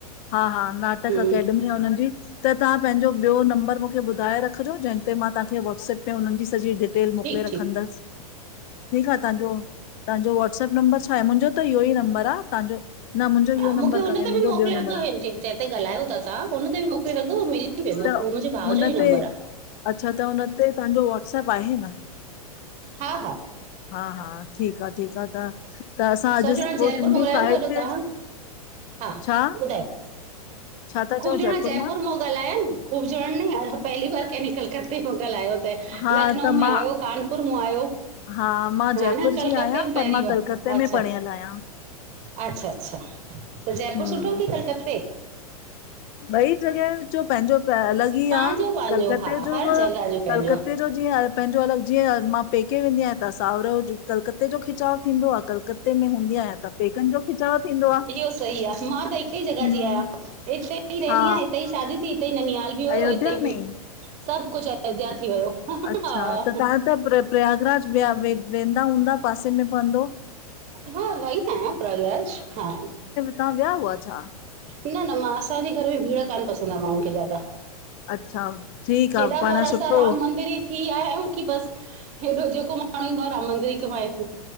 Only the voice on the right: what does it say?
हम्म
ठीकु
ठीकु
हा मूंखे
हुन
ते
बि मोकिले
रखजो
जैं ते ॻाल्हायो था तव्हां हुन ते बि मोकिले रखयो, मां वेंदो
उहो मुंहिंजे भाउ
जो ई
नंबर आ।
हा हा
सभु
ॼणा
जयपुर
मो ॻालायव
था अॼु तव्हां, हा
ॿुधायो!
ख़ूब
ॼंणा जयपुर
मो ॻाल्हया आहिन। ख़ूब जणन य पहली बार कहिं कलकते में ॻाल्हायो आ।
लखनऊ
में
आयो, कानपुर में आयो
हा
न कलकत्ते
मां
पहिरीं बार
अच्छा,
अच्छा- अच्छा, त जयपुर
सुठो कि कलकते
पंहिंजो
पंहिंजो
हा
हर
जॻह जो पंहिंजो
आहे
इहो सही आहे मां त हिक ई जॻह
जी आहियां। हितेऔ <inaudible> ईते ई रहंदी
आं, ईते ई शादी थी, ईते ई ननियाल बि हुयो,
ईते
ई सभु कुछ अयोध्या थी वियो।
हा।
हा, वई त आयां, प्रगराज हा।
न -न, मां असांजे घर में भीड़ कान्ह पसंद आ माण्हुन खे ज्यादा।
हेॾा
बार असां
राम मंदिर ई थी आया आहियूं की बसि, हेॾो जेको मां पाण ईं मां राम मंदिर ई कमाए सूं,